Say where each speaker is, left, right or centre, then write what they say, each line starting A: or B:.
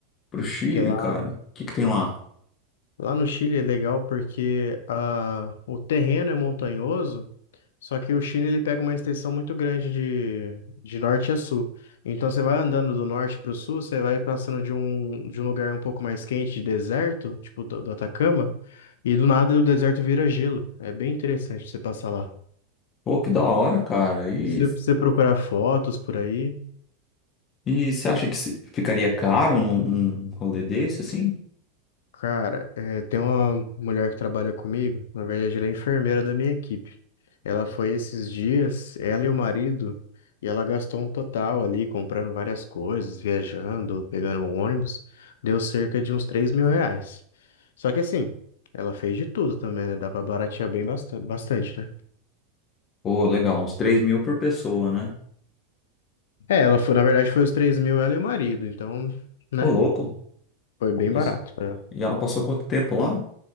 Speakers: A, on the left; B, on the left.
A: Pro Chile,
B: Porque lá,
A: cara. O que que tem lá?
B: lá no Chile é legal porque a, o terreno é montanhoso. Só que o Chile ele pega uma extensão muito grande de, de norte a sul. Então você vai andando do norte para o sul, você vai passando de um, de um lugar um pouco mais quente, de deserto, tipo do, do Atacama, e do nada o deserto vira gelo. É bem interessante você passar lá.
A: Pô, que da hora, cara. E,
B: Se você você procurar fotos por aí.
A: e você acha que se- ficaria caro num, num rolê desse, assim?
B: Cara, eh, tem uma mulher que trabalha comigo, na verdade ela é enfermeira da minha equipe. Ela foi esses dias, ela e o marido, e ela gastou um total ali, comprando várias coisas, viajando, pegando um ônibus, deu cerca de uns três mil reais. Só que assim, ela fez de tudo também, né? Dá pra baratear bem bastante, bastante, né?
A: Pô, legal, uns 3 mil por pessoa, né?
B: É, ela foi, na verdade foi os três mil ela e o marido, então, né?
A: Ô, louco.
B: Foi bem
A: Isso.
B: barato pra ela.
A: E ela passou quanto tempo lá?